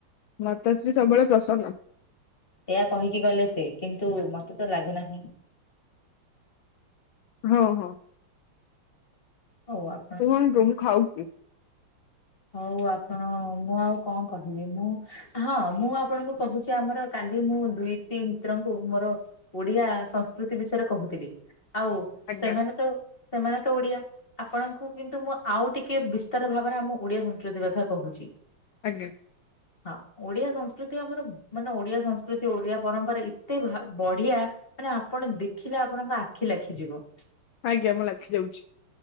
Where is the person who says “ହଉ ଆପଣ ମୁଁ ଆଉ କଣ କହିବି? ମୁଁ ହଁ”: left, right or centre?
Left